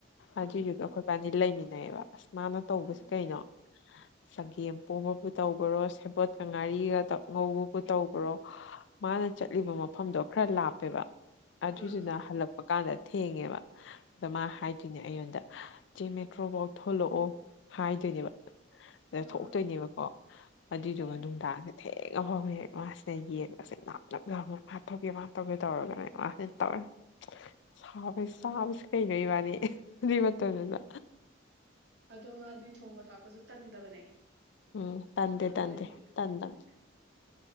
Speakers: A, on the right; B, on the left.
A: ꯎꯝ
B: ꯑꯗꯨꯏꯗꯨꯒ ꯑꯈꯣꯢ ꯏꯄꯥꯅꯤ ꯂꯩꯃꯤꯟꯅꯩꯌꯦꯕꯥ ꯑꯁ ꯃꯥꯅ ꯇꯧꯕꯁꯤ
A: ꯎꯝ
B: ꯀꯩꯅꯣ
A: <unintelligible>
B: ꯆꯒꯦꯝ ꯄꯣꯝꯕꯕꯨ ꯇꯧꯕꯔꯣ ꯁꯦꯕꯣꯠꯀꯥ ꯉꯥꯔꯤꯒ ꯉꯧꯕꯕꯨ ꯇꯧꯕꯔꯣ ꯃꯥꯅ ꯆꯠꯂꯤꯕ ꯃꯐꯝꯗꯣ ꯈꯔ ꯂꯥꯞꯄꯦꯕꯥ ꯑꯗꯨꯏꯗꯨꯅ
A: ꯎꯝ ꯎꯝ ꯎꯝ ꯎꯝ
B: ꯍꯜꯂꯛꯄ ꯀꯥꯟꯗ ꯊꯦꯡꯉꯦꯕꯥ ꯑꯗꯣ ꯃꯥ ꯍꯥꯢ ꯑꯗꯨꯏꯅꯦ ꯑꯩꯉꯣꯟꯗ ꯆꯦ ꯃꯦꯇ꯭ꯔꯣꯐꯧ ꯊꯣꯛꯂꯥꯛꯑꯣ ꯍꯥꯏꯗꯣꯏꯅꯦꯕꯥ ꯁꯤꯗ
A: ꯎꯝ ꯎꯝ
B: ꯊꯣꯛꯇꯣꯏꯅꯦꯕꯀꯣ ꯑꯗꯨꯏꯗꯨꯒ
A: ꯎꯝ
B: ꯅꯨꯡꯗꯥꯡꯁꯦ ꯊꯦꯡꯉ ꯐꯥꯎꯕ ꯃꯥꯥꯁꯤꯗ ꯌꯦꯡꯉꯁꯦ ꯃꯁꯝ ꯅꯞ ꯅꯞ ꯂꯥꯎꯔꯒ ꯍꯥꯠꯄꯤꯒ ꯇꯧꯔꯒꯅꯦ ꯃꯥꯁꯤꯅ ꯇꯧꯔ ꯁꯥꯎꯒꯩ ꯆꯥꯕꯁꯤ ꯀꯩꯅꯣ ꯏꯕꯥꯅꯤ ꯑꯗꯨꯏ ꯃꯇꯝꯗꯨꯗ
A: ꯑꯗꯣ ꯃꯥꯗꯤ ꯊꯣꯡꯕ ꯊꯥꯛꯄꯁꯨ ꯇꯟꯗꯕꯅꯦ
B: ꯎꯝ ꯇꯟꯗꯦ ꯇꯟꯗꯦ
A: ꯑꯗꯒꯤ
B: ꯇꯟꯗꯕꯅꯤ
A: ꯎꯝ